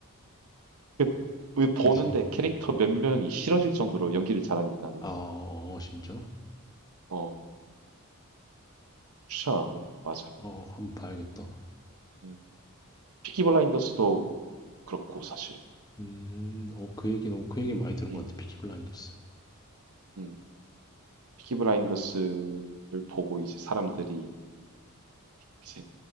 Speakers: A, on the right; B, on the left.
A: 그, 왜 보는데
B: 그지.
A: 캐릭터 몇 명이 싫어질 정도로 연기를 잘하니까는
B: 아, 어, 어, 진짜?
A: 어 추천하고 맞아.
B: 어, 한번 봐야겠다.
A: 음. 피키 블라인더스도 그렇고 사실.
B: 음, 어, 그 얘기는, 그 얘기 많이 들은
A: 음,
B: 것 같아. 피키 블라인더스.
A: 음. 피키 블라인더스를 보고 이제 사람들이 이제